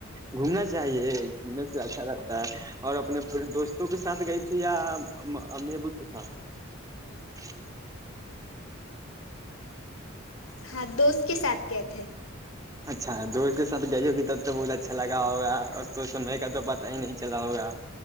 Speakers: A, on the right; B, on the left.
A: گھومنا چاہیے گھومنے سے اچھا رہتا ہے اور اپنے پورے دوستوں کے ساتھ گئی تھی یا امی ابو کے ساتھ
B: ہاں دوست کے ساتھ کیا تھے
A: ا دوست کے سات گئی ہو گی تب تو بہت اچھا لگا ہوگا اور تو سمے کا تو پتا ہی نہیں چلا ہوگا